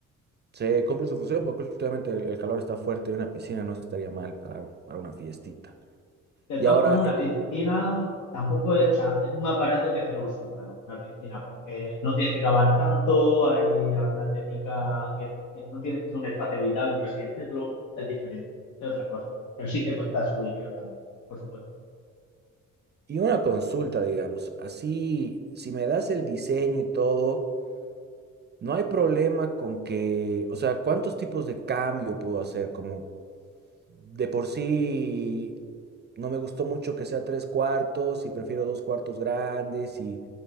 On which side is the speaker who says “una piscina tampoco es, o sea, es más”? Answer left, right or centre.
Left